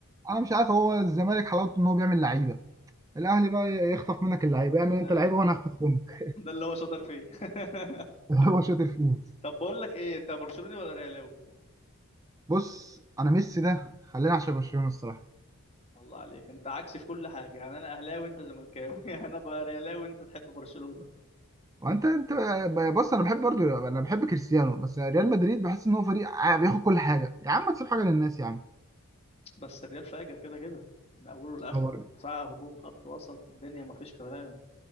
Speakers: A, on the right; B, on the left.
A: انا مش عارف هو الزمالك حلاوته ان هو بيعمل لعيبه الاهلي بقى يخطف منك اللعيبه اعمل انت
B: ايوه
A: لعيبه وانا هخطف منك
B: ده اللي هو شاطر فيه <laughs>
A: <laughs> هو شاطر فيه
B: طب بقول لك ايه انت برشلوني ولا ريالاوي
A: بص انا ميسي ده خلينا عشان برشلونه الصراحه
B: الله عليك انت عكسي في كل حاجه يعني انا اهلاوي وانت زملكاوي <laughs> يعني انا بقى ريالاوي وانت تحب برشلونه
A: وانت انت بص انا بحب برضو انا بحب كريستيانو بس ريال مدريد بحس ان هو فريق ع- بياخد كل حاجه يا عم ما تسيب حاجه للناس يا عم
B: بس الريال فاجر كده كده من اوله لاخره
A: هو
B: دفاع هجوم خط وسط الدنيا ما فيش كلام